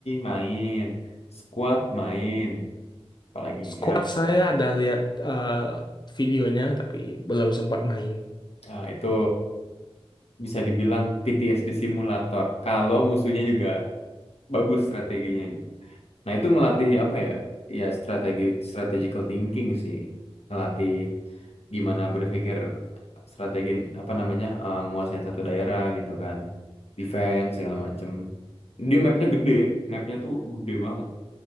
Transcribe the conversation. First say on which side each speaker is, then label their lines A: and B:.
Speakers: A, on the left; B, on the left.
A: main, Squad main, apalagi
B: Squad
A: Hell.
B: saya ada lihat eh, videonya tapi belum sempat main.
A: Ah, itu bisa dibilang PTSD simulator kalau musuhnya juga bagus strateginya. Nah, itu ngelatih apa ya? Ya strategi strategical thinking sih. Ngelatih gimana berpikir strategi apa namanya? eh, nguasain satu daerah gitu kan. Defense segala macem. Dia mapnya gede, mapnya tuh gede banget.